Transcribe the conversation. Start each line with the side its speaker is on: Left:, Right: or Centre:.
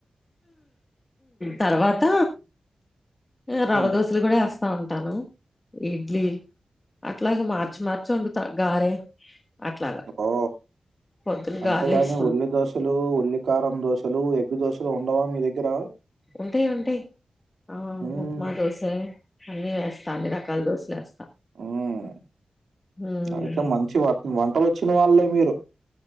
Left: తర్వాత ఏ రవ్వ
Right: మ్మ్
Left: దొసలు గుడ ఏస్ స్తా ఉంటాను ఇడ్లీ అట్లాగ మార్చి మార్చి వండుత గారే అట్లాగా
Right: ఓ
Left: పొద్దున
Right: అంతేగాని
Left: గార్లు ఏస్
Right: ఉల్లి దోశలు ఉల్లి కారం దోశలు ఎగ్గు దోశలు ఉండవా మీ దగ్గర
Left: ఉంటాయి ఉంటాయి ఆ
Right: మ్మ్
Left: ఉప్మా దోసె అన్ని వేస్తా అన్ని రకలు దోసలేస్తా
Right: హ్మ్
Left: ఉమ్,
Right: అయితే మంచి వా వంట వచ్చిన వాళ్ళే మీరు